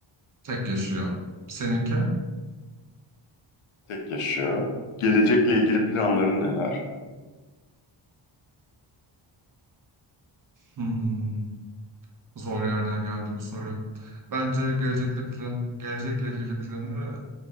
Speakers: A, on the right; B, on the left.
A: Tek yaşıyor. Seninki?
B: Tek yaşıyor. Gelecekle ilgili planları neler?
A: Hmm. Zor yerden geldi bu soru. Bence gelecekle plan, gelecekle ilgili planı